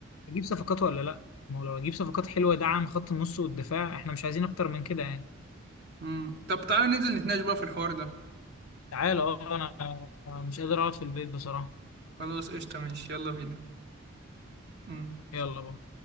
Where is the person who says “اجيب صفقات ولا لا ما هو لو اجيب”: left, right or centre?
Left